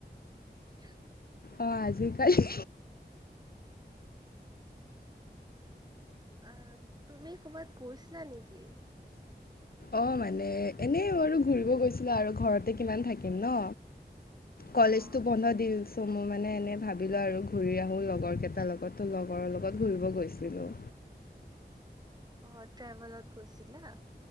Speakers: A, on the right (about 20°); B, on the left (about 55°).
A: <inaudible>
B: অ' আজিকালি
A: অ' তুমি ক'ৰবাত গৈছিলা নেকি?
B: অ' মানে এনেই আৰু ঘূৰিব গৈছিলোঁ আৰু ঘৰতে কিমান থাকিম ন। কলেজতো
A: অ
B: বন্ধ দি ত মই মানে এনেই ভাবিলোঁ আৰু ঘূৰি আহোঁ লগৰ কেইটাৰ লগত, ত লগৰৰ লগত ঘূৰিব গৈছিলোঁ।
A: অ' ট্ৰেভেলত গৈছিলা?